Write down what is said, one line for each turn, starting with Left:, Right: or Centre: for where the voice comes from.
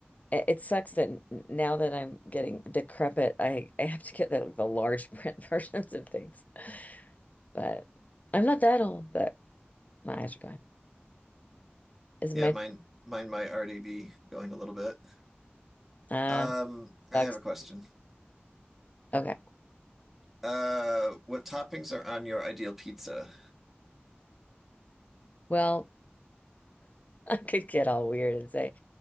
Left: It, it sucks that n- now that I'm getting decrepit, I I have to get the, the large print <laughs> versions of things. but I'm not that old, but my eyes are going. Is it
Centre: Yeah,
Left: my
Centre: mine mine might already be going a little bit.
Left: uh
Centre: Um, I
Left: sucks.
Centre: have a question.
Left: Okay.
Centre: Uh, what toppings are on your ideal pizza?
Left: Well, <laughs> I could get all weird and say